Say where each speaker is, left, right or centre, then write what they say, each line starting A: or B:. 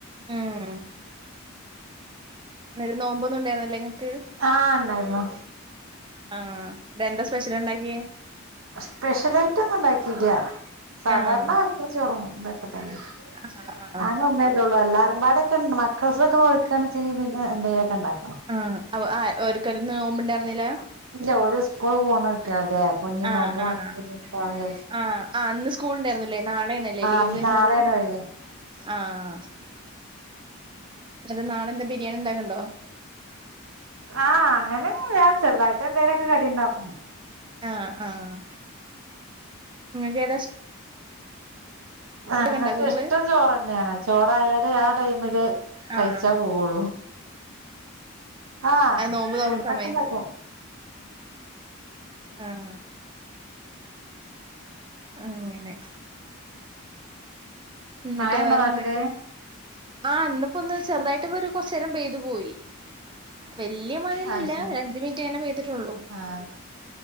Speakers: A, on the right; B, on the right.
A: ഉം ളന്ന്ട്ട് നോമ്പൊന്നും ഇണ്ടായിരുന്നില്ലേ ഇങ്ങക്ക്?
B: ആഹ് ഇണ്ടായിരുന്നു.
A: ആഹ് ഇതെന്താ സ്പെഷ്യൽ ഇണ്ടാക്കിയേ?
B: സ്പെഷ്യലായിട്ട് ഒന്നും ഇണ്ടാക്കീല്ലാ സാധാരണ
A: ആഹ്
B: ചോറും ഇതൊക്കെ തെന്നെ.
A: ആഹ് ആഹ്
B: ഞാനും അമ്മയല്ലൊള്ളു എല്ലാരും പാടൊക്കെ ഇണ്ട് മക്കൾസ് ഓൽക്കാണെച്ചെങ്കി പിന്നെ എന്തെലൊക്കെ ഇണ്ടാക്കണം.
A: ആഹ് ഔ അ ഓര്ക്കര് നോമ്പ് ഇണ്ടായിരുന്നില്ലാ?
B: ഇല്ല ഓല് ഉസ്കൂള് പോണ കുട്ട്യേളല്ലേ? അപ്പോഞ്ഞി
A: ആഹ്
B: നോമ്പ് നോറ്റാ
A: ആഹ്
B: ബുദ്ധിമുട്ടാവും വിജാരിച്ച്
A: ആഹ് ആഹ് ഇന്ന് സ്കൂൾ ഉണ്ടായിരുന്നില്ലേ നാളെയാണല്ലേ
B: ആഹ്
A: ലീവ് വരുന്നത്
B: നാളെയാണ് വയ് വെ
A: ആഹ് ഇന്നട്ട് നാളെന്താ ബിരിയാണി ഇണ്ടാക്ക്ണ്ടോ?
B: ആഹ് അങ്ങനൊന്നുല്ലാ ചെറുതായിട്ട് എന്തേലൊക്കെ കടി ഇണ്ടാക്കും.
A: ആഹ്, ആഹ് ഇങ്ങക്ക് ഏതാഷ്
B: ഞങ്ങൾക്ക്
A: ഉണ്ടാക്കോ ഇങ്ങള്
B: ഇഷ്ട്ടം ചോറെന്നെയാണ് ചോറായാല് ആ ടൈമില് കൈച്ചാ
A: ആഹ്
B: പോവൊള്ളൂ ആഹ്
A: അത് നോമ്പ്
B: ഫുടൊക്കെ
A: തുറന്ന സമയത്ത്
B: ഇണ്ടാക്കും.
A: ആഹ് അങ്ങനെ എന്നിട്ട്
B: മായണ്ടോ
A: വേറെന്തൊക്കെയാ
B: നാട്ടില്?
A: ആഹ് ഇന്ന്പ്പോ ഒന്ന് ചെറുതായിട്ട് ഇപ്പൊരു കൊർച്ചേരം പെയ്ത് പോയി. വെല്ല്യ മയൊന്നും
B: അത്
A: ഇല്ല
B: ശരി
A: ഒരഅഞ്ച് മിൻറ്റ് അങ്ങനെ പെയ്തിട്ടൊള്ളൂ.
B: ആഹ്